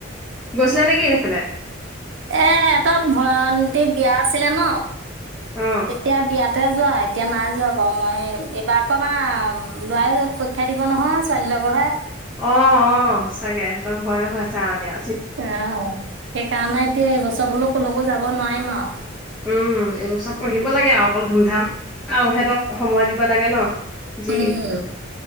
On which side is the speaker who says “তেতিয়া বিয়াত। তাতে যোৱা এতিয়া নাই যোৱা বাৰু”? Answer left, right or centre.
Right